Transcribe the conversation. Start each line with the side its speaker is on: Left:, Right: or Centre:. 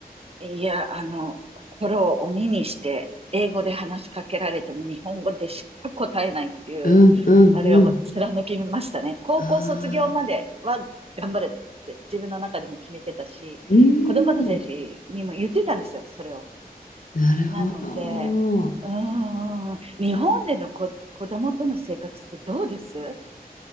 Right: いや、あの、心を鬼にして、英語で話しかけられても日本語でしか答えないっていう、
Left: うんうんうん。
Right: あれを貫きましたね。高校卒業までは頑張るって自分の中でも決めてたし、
Left: ああ、うん。
Right: 子供たちにも言ってたんですよ、それを。
Left: なるほど。
Right: なので、うーん、日本でのこ、子供との生活ってどうです